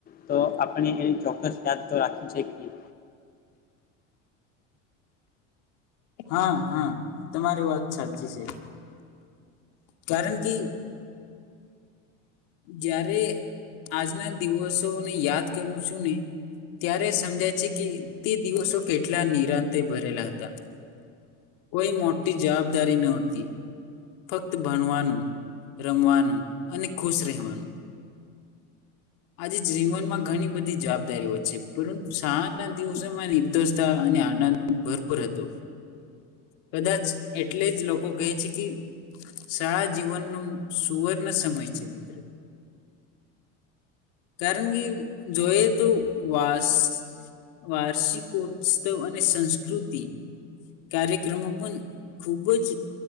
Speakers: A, on the left (about 25°); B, on the left (about 65°).
A: તો આપણે એને ચોક્કસ યાદ તો રાખી શકીએ.
B: હા હા તમારી વાત સાચી છે. કારણ કે જ્યારે આજના દિવસોને યાદ કરું છું ને ત્યારે સમજાય છે કે તે દિવસો કેટલા નિરાંતે ભરેલા હતા. કોઈ મોટી જવાબદારી ન હતી. ફક્ત ભણવાનું, રમવાનું અને ખુશ રહેવાનું. આજે જીવનમાં ઘણી બધી જવાબદારીઓ છે. પરંતુ શાળાના દિવસોમાં નિર્દોષતા અને આનંદ ભરપૂર હતો. કદાચ એટલે જ લોકો કહે છે કે શાળા જીવનનો સુવર્ણ સમય છે મિત્રો. કારણ કે જોયે તો વાસ વાર્ષિકોત્સવ અને સંસ્કૃતિ કાર્યક્રમો પણ ખુબ જ